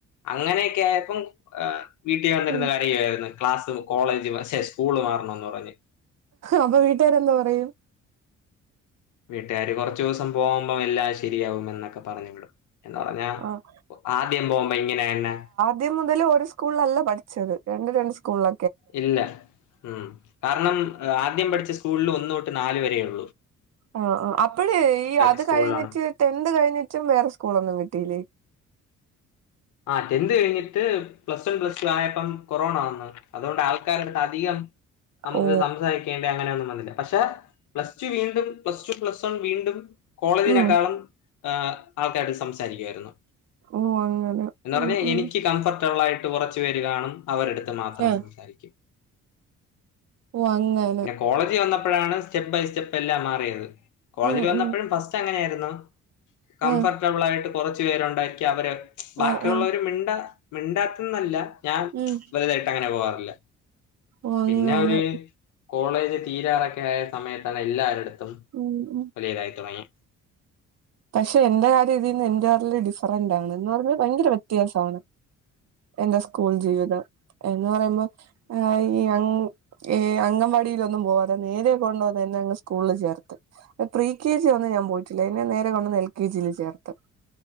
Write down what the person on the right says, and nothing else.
ഉം
അപ്പൊ വീട്ടാര് എന്ത്‌ പറയും
ആഹ്
ദ്യം മുതല് ഒര് സ്കൂളിലല്ല പഠിച്ചത് രണ്ട് രണ്ട് സ്കൂളില
ആ ആഹ് അപ്പഴേ ഈ അത്
കഴിഞ്ഞിട്ട് ടെൻന്ത് കഴിഞ്ഞിട്ടും വേറെ സ്കൂളൊന്നും കിട്ടീല്ലേ
ഓ
ഉം
ഓ അങ്ങനെ
ഉം ഉം
ആ
ഓ അങ്ങനെ
ഉം
ഉം
ആ
ആ ആ
ഉം
ഓ അങ്ങനെ
ഉം ഉം
പഷെ എന്റെ കാര്യ ഇതിന്ന് എന്റെ കാട്ടിലും ഡിഫറന്റാണ് എന്ന് പറഞ്ഞാ ഭയങ്കര വെത്യാസാണ് എന്റെ സ്കൂൾ ജീവിതം എന്ന് പറയുമ്പോ <unintelligible> ഏ അംഗൻവാടിലൊന്നും പോവാതെ നേരെ കൊണ്ടൊന്നെ എന്നങ്ങ് സ്കൂളില് ചേർത്തു പ്രീ കെ ജിഒന്നും ഞാൻ പോയിട്ടില്ല എന്നെ നേരെ കൊണ്ടന്ന് എൽ കെ ജില് ചേർത്തു